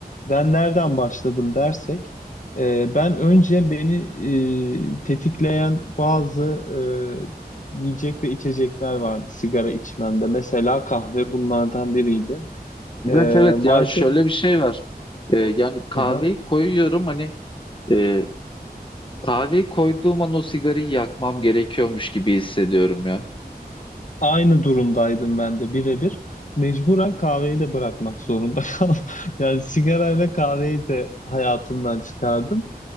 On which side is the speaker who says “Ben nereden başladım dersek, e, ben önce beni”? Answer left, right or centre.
Left